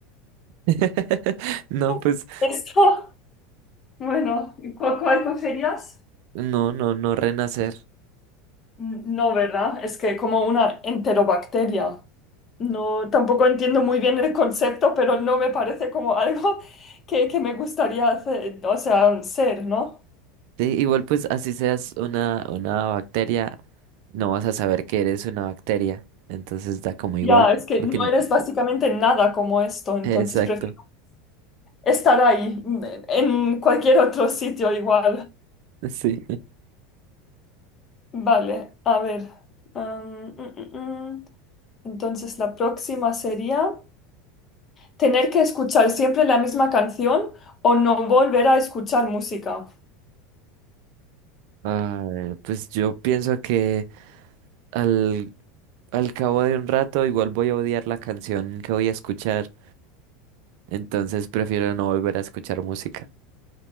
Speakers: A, on the right (about 65°); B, on the left (about 35°).
A: <laughs> No,
B: <laughs>
A: pues,
B: Esto, Bueno, ¿y ¿cuál, cuál cogerías?
A: no, no, no renacer.
B: N- No, ¿verdad? Es que como una enterobacteria. No, tampoco entiendo muy bien el concepto, pero no me parece como <laughs> algo que, que me gustaría hacer, o sea, ser, ¿no?
A: Sí, igual pues así seas una, una bacteria, no vas a saber que eres una bacteria. Entonces da como igual,
B: Ya, es que
A: porque
B: no
A: n-
B: eres básicamente nada como esto, entonces
A: exacto.
B: prefiero estar ahí, mm, en cualquier otro sitio igual.
A: <laughs> Sí.
B: Vale, a ver. am, mm, mm, mm. Entonces la próxima sería... Tener que escuchar siempre la misma canción o no volver a escuchar música.
A: A ver, pues yo pienso que al, al cabo de un rato igual voy a odiar la canción que voy a escuchar. Entonces prefiero no volver a escuchar música.